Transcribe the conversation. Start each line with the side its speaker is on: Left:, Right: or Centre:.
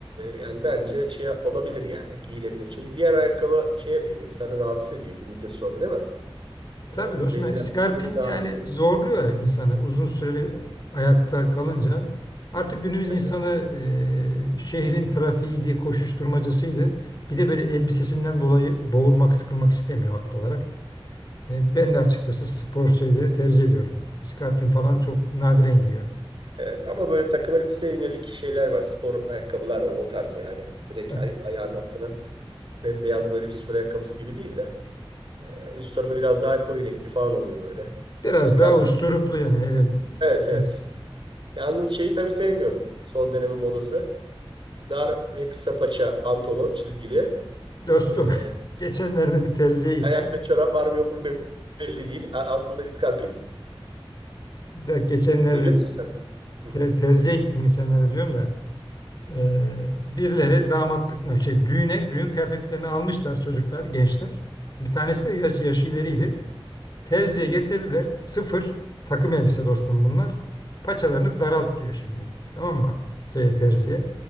Right: yani bence şey yap- olabilir yani giyilebilir. Çünkü diğer ayakkabı şey yapıyor insanı rahatsız ediyor bir müddet sonra değil mi?
Left: Tabii
Right: E,
Left: dostum
Right: beline,
Left: yani iskarpin
Right: beline ağrıtır.
Left: yani zorluyor ya insanı uzun süreli ayakta kalınca. Artık günümüz
Right: Evet.
Left: insanı e, şehrin trafiğiydi, koşuşturmacasıydı. Bir de böyle elbisesinden dolayı boğulmak, sıkılmak istemiyor haklı olarak. E, ben de açıkçası spor şeyleri tercih ediyorum. İskarpin falan çok nadiren giyiyorum.
Right: Evet. Ama böyle takım elbiseye yönelik şeyler var. Spor ayakkabılar var. O tarz yani. Direkt
Left: Ha,
Right: ay- ayağının altına bembeyaz böyle bir spor ayakkabısı gibi değil de. e, üst tarafı biraz daha koyu renkli falan oluyor böyle.
Left: Biraz
Right: Scarping.
Left: daha usturuplu yani. Hele,
Right: Evet
Left: evet
Right: evet. Yalnız şeyi tabii sevmiyorum. Son dönemin modası. Dar ve kısa paça pantolon çizgili.
Left: dostum
Right: E,
Left: <laughs> geçenlerde bir terziye gittim.
Right: ayakta çorap var mı yok mu belli değil. A- Altında iskarpin.
Left: De, geçenlerde
Right: Seviyor musun sen? Hı,
Left: te- terziye gittim geçenlerde diyorum da. Ee, birileri damatlık mı şey düğüne düğün kıyafetlerini almışlar çocuklar gençler. Bir tanesi de yaş, yaşı ileriydi. Terziye
Right: hı.
Left: getirdiler. Sıfır takım elbise dostum bunlar. Paçalarını daralt diyor şimdi. Tamam mı? Şeye terziye.